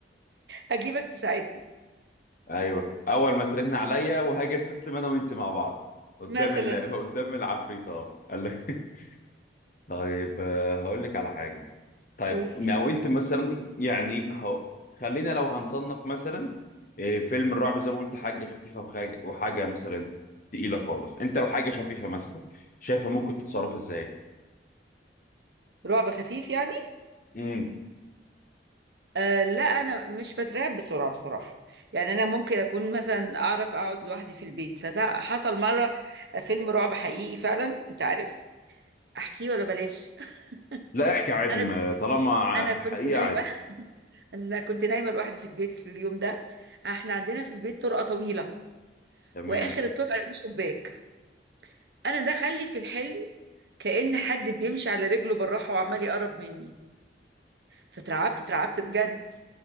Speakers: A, on the right; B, on the left.
A: هجيبك تساعدني
B: ايوه اول ما ترن عليا وهاجي استسلم انا وانت مع بعض قدام
A: مثلا
B: ال... قدام العفريت اه قال لك <laughs> طيب آه، هقول لك على حاجه طيب
A: قول
B: لو انت مثلا يعني هو خلينا لو هنصنف مثلا إيه، فيلم الرعب زي ما قلت حاجه خفيفه وحاجه وحاجه مثلا تقيله خالص انت لو حاجه خفيفه مثلا شايفه ممكن تتصرف ازاي
A: رعب خفيف يعني
B: امم
A: آه لا انا مش بترعب بسرعه بصراحه يعني انا ممكن اكون مثلا اعرف اقعد لوحدي في البيت فحصل مره فيلم رعب حقيقي فعلا انت عارف احكيه ولا بلاش
B: لا احكي
A: <laughs>
B: عادي
A: انا
B: ما طالما ع-
A: انا
B: في
A: كنت
B: الحقيقه
A: نايمه
B: عادي
A: انا كنت نايمه لوحدي في البيت في اليوم ده احنا عندنا في البيت طرقه طويله
B: تمام
A: واخر الطرقه دي شباك انا ده خلي في الحلم كأن حد بيمشي على رجله بالراحه وعمال يقرب مني فترعبت اترعبت بجد